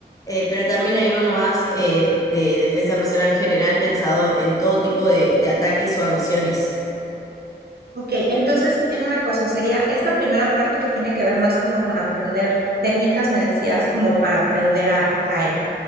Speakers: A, on the left (about 20°); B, on the right (about 60°).
A: eh, pero también hay uno más eh, de defensa personal general pensado en todo tipo de de ataques o agresiones.
B: Ok, entonces dime una cosa, sería esta primera parte que tiene que ver más como con aprender técnicas, me decías, como para aprender a, a caer.